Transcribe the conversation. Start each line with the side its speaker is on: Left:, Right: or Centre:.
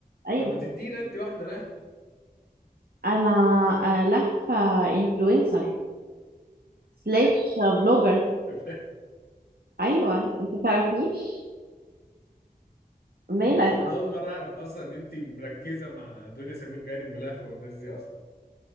Right: ايوه
Left: طب ما تدينا انت واحده لهفه
Right: انا آه، لهفة انفلونسر سلاش بلوجر
Left: <laughs>
Right: ايوه انت تعرفنيش مالك
Left: طب انا اول مره اعرف اصلا ان انت مركزه مع دنيا سمير غانم ولهفه والناس دي اصلا